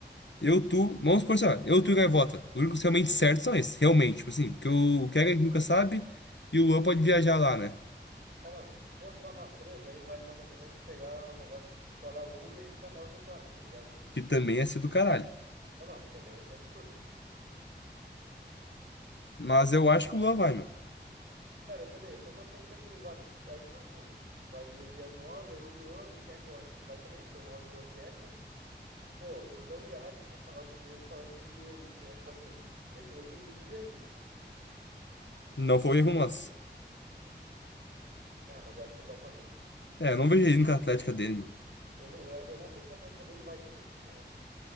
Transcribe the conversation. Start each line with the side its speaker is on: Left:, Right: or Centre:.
Left: eu, tu, vamos supor, assim, ó, eu, tu e Gaivota. Os únicos realmente certos são esses, realmente, tipo assim, porque o, o Keka
Right: É.
Left: a gente nunca sabe e o Luan pode viajar lá, né?
Right: É, não, se for só nós três, aí vale mais a pena a gente pegar um negócio tipo colar U e aí ficar nós no quarto, tá ligado?
Left: que também é ser do caralho.
Right: É, não, também ia ser absurdo.
Left: Mas eu acho que o Lua vai, meu.
Right: Cara, eu também, eu tô torcendo pra que ele vá, né? Tipo, aí, tipo assim, vai, iria nós, aí o Luan, o Keka eu acho que vai também, então nós, Luan, Keka. Pô, o Zambiase tinha falado comigo falando que ele ia ir, tá ligado? Tipo assim, ele falou que ele ia ir.
Left: Não foi erro nosso.
Right: Não, mas eu acho que ele vai com a gente, pô.
Left: É, eu não vejo ele indo com a Atlética dele, meu.
Right: Eu, nem- eu, eu não sei se a Atlética dele vai também, tem essa.